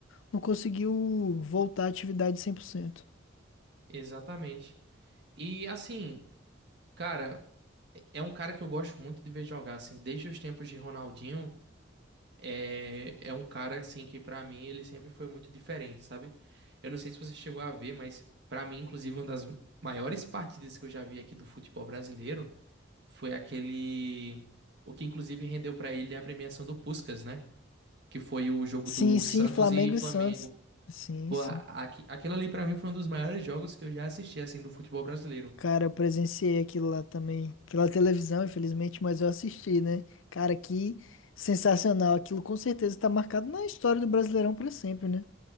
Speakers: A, on the left (about 85°); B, on the right (about 60°).
A: não conseguiu voltar à atividade cem por cento
B: Exatamente. E assim, cara, é um cara que eu gosto muito de ver jogar assim, desde os tempos de Ronaldinho. é, é um cara assim que pra mim ele sempre foi muito diferente, sabe? Eu não sei se você chegou a ver, mas pra mim, inclusive, uma das maiores partidas que eu já vi aqui do futebol brasileiro foi aquele o que inclusive rendeu pra ele a premiação do Puskás, né? Que foi o jogo
A: Sim,
B: do
A: sim,
B: Santos
A: Flamengo
B: e Flamengo.
A: e Santos. Sim,
B: Pô,
A: sim.
B: a- aqui, aquilo ali pra mim foi um dos maiores jogos que eu já assisti assim do futebol brasileiro.
A: Cara, eu presenciei aquilo lá também, pela televisão, infelizmente, mas eu assisti, né? Cara, que sensacional. Aquilo com certeza tá marcado na história do Brasileirão pra sempre, né?